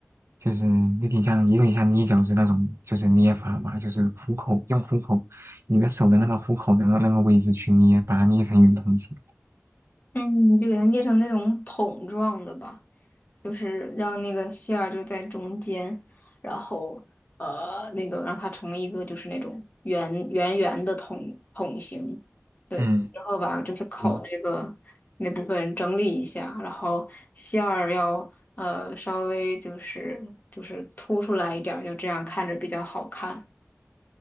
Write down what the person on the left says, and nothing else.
嗯，就给它捏成那种桶状的吧，就是让那个馅儿就在中间，然后呃，那个让它成一个就是那种圆圆圆的桶桶形，对，
然后把就是口这个那部分整理一下，
然后馅儿要呃稍微就是就是凸出来一点儿，就这样看着比较好看。